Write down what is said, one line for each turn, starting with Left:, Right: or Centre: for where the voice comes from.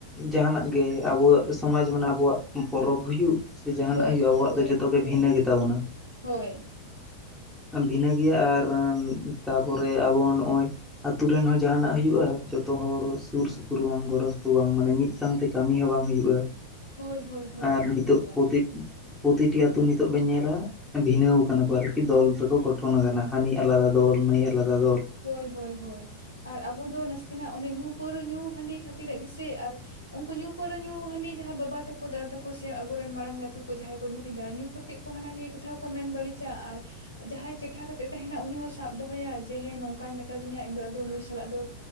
Centre: ᱡᱟᱦᱟᱱᱟᱜ ᱜᱮ ᱟᱵᱚᱣᱟᱜ ᱥᱚᱢᱟᱡᱽ ᱢᱟᱱᱮ ᱟᱵᱚᱣᱟᱜ ᱯᱚᱨᱚᱵᱽ ᱦᱩᱭᱩᱜ ᱥᱮ ᱡᱟᱦᱟᱱᱟᱜ
Left: ᱦᱳᱭ
Centre: ᱦᱳᱭᱳᱜ
Left: ᱦᱳᱭ
Centre: ᱟᱵᱚᱣᱟᱜ
Left: ᱦᱳᱭ
Centre: ᱫᱚ ᱡᱚᱛᱚᱜᱮ ᱵᱷᱤᱱᱟᱹ ᱜᱮᱛᱟᱵᱚᱱᱟ
Left: ᱦᱳᱭ
Centre: ᱵᱷᱤᱱᱟᱹ ᱜᱮᱭᱟ ᱟᱨ ᱛᱟᱯᱚᱨᱮ ᱟᱵᱚ ᱱᱚᱜᱼᱚᱭ ᱟᱛᱳ ᱨᱮᱱ ᱦᱚᱸ ᱡᱟᱦᱟᱱᱟᱜ ᱦᱩᱭᱩᱜᱼᱟ ᱡᱚᱛᱚ ᱦᱚᱲ ᱥᱩᱨ ᱥᱩᱯᱩᱨ ᱵᱟᱝ ᱜᱚᱲᱚ ᱥᱚᱯᱚᱫ ᱵᱟᱝ ᱢᱟᱱᱮ ᱢᱤᱫ ᱥᱟᱶᱛᱮ ᱠᱟᱹᱢᱤ ᱦᱚᱸ ᱵᱟᱝ ᱦᱩᱭᱩᱜᱼᱟ
Left: ᱦᱳᱭ ᱦᱳᱭ ᱦᱳᱭ
Centre: ᱟᱨ
Left: ᱚᱱᱟᱜᱮ
Centre: ᱱᱤᱛᱚᱜ ᱯᱚᱛᱤ ᱯᱨᱚᱛᱤᱴᱤ ᱟᱹᱛᱩ ᱱᱤᱛᱚᱜ ᱵᱮᱱ ᱧᱮᱞᱟ ᱵᱷᱤᱱᱟᱹᱣ ᱠᱟᱱᱟ ᱠᱚ ᱟᱨᱠᱤ ᱫᱚᱞ ᱨᱮᱠᱚ ᱜᱚᱴᱷᱚᱱ ᱟᱠᱟᱱᱟ ᱦᱟᱹᱱᱤ ᱟᱞᱟᱫᱟ ᱫᱚᱞ ᱱᱟᱹᱭ ᱟᱞᱟᱫᱟ ᱫᱚᱞ
Left: ᱦᱳᱭ ᱦᱳᱭ ᱦᱳᱭ ᱟᱨ ᱟᱵᱚ ᱫᱚ ᱱᱟᱥᱮᱱᱟᱜ ᱚᱱᱮ ᱧᱩ ᱯᱟᱹᱣᱨᱟᱹ ᱧᱩ ᱦᱟᱺᱰᱤ ᱠᱷᱟᱹᱛᱤᱨᱟᱜ ᱜᱮᱥᱮ ᱟᱨ ᱩᱱᱠᱩ ᱧᱩ ᱯᱟᱹᱣᱨᱟᱹ ᱧᱩ ᱦᱟᱺᱰᱤ ᱡᱟᱦᱟᱸᱭ ᱵᱟᱵᱟ ᱛᱟᱠᱚ ᱫᱟᱫᱟ ᱛᱟᱠᱚ ᱥᱮ ᱟᱵᱚᱨᱮᱱ ᱢᱟᱲᱟᱝ ᱞᱟᱹᱴᱩ ᱠᱚ ᱡᱟᱦᱟᱸᱭ ᱠᱚ ᱧᱩᱭᱮᱫᱟ ᱧᱩ ᱠᱟᱛᱮ ᱛᱮ ᱠᱚ ᱦᱟᱱᱟ ᱱᱤᱭᱟᱹ ᱠᱟᱛᱷᱟ ᱠᱚᱠᱚ ᱢᱮᱱ ᱵᱟᱹᱲᱤᱡᱟ ᱟᱨ ᱡᱟᱦᱟᱸᱭ ᱪᱮᱴᱷᱟ ᱠᱟᱛᱮᱜ ᱛᱟᱦᱮᱱᱟ ᱩᱱᱤ ᱦᱚᱸ ᱥᱟᱵ ᱫᱚᱦᱚᱭᱟ ᱡᱮ ᱦᱮᱸ ᱱᱚᱝᱠᱟᱭ ᱢᱮᱛᱟ ᱫᱤᱧᱟ ᱤᱧ ᱫᱚ ᱟᱫᱚ ᱱᱩᱭ ᱥᱟᱞᱟᱜ ᱫᱚ